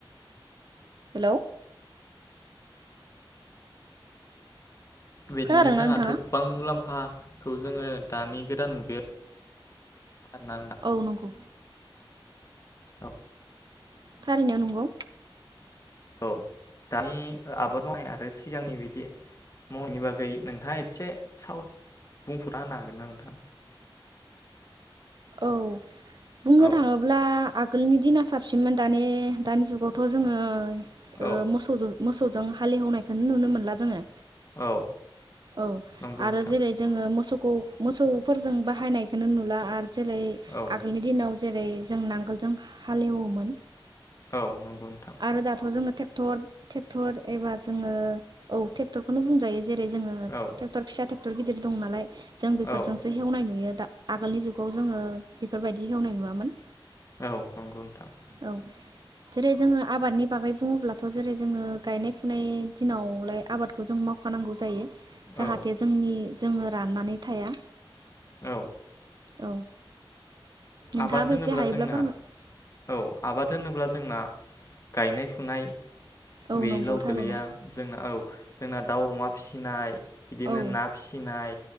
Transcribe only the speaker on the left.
बिदिनो
जोंहा
गोबां मुलाम्फा खौ जोङो दानि गोदान मुगायाव आरोना
औ
औ दानि आबाद मावनाय आरो सिगांनि बिदि मावनि बागै नोंथाङा एसे साव बुंफुना होनो हागोन ना नोंथां
औ
औ
औ
नंगौ
नोंथां
औ
औ नंगौ नोंथां
औ
औ
औ नंगौ नोंथां
औ
औ
आबाद होनोब्ला
जोंना
औ आबाद होनोब्ला जोंना गायनाय फुनाय
बेल'
गोलैया जोंना औ जोंना दाउ अमा फिसिनाय बिदिनो
ना फिसिनाय